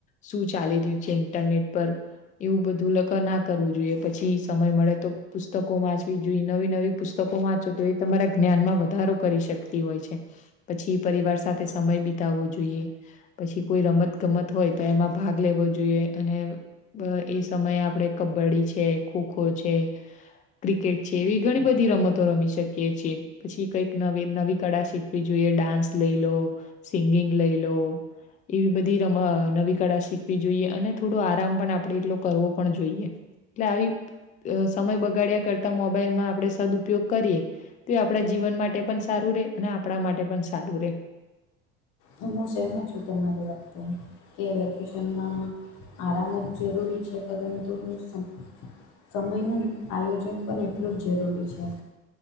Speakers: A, on the left; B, on the left.
A: શું ચાલી રહ્યું છે ઇન્ટરનેટ પર એવું બધું લગ ના કરવું જોઈએ પછી સમય મળે તો પુસ્તકો વાંચવી જોઈએ નવી નવી પુસ્ત પુસ્તકો વાંચો તો એ તમારા જ્ઞાનમાં વધારો કરી શકતી હોય છે. પછી પરિવાર સાથે સમય બિતાવવો જોઈએ. પછી કોઈ રમત ગમત હોય તો એમાં ભાગ લેવો જોઈએ અને અ એ સમયે આપડે કબડ્ડી છે, ખોખો છે ક્રિકેટ છે એવી ઘણી બધી રમતો રમી શકીએ છીએ. પછી કઈક નવી નવી કળા શીખવી જોઈએ ડાન્સ લઈ લો, સિંગિંગ લઈ લો એવી બધી રમ નવી કળા શીખવી જોઈએ અને થોડો આરામ પણ આપણે એટલો કરવો પણ જોઈએ. એટલે આવી અ સમય બગાડ્યા કરતા મોબાઈલમાં આપણે સદઉપયોગ કરીએ. તે એ આપણા જીવન માટે પણ સારું રે અને આપણા માટે પણ સારું રે.
B: હું સેહેમત છું તમારી વાતે કે વેકેશનમાં આરામ જ જરૂરી છે પરંતુ વેકેશન મા. સમયનું આયોજન પણ એટલું જ જરૂરી છે.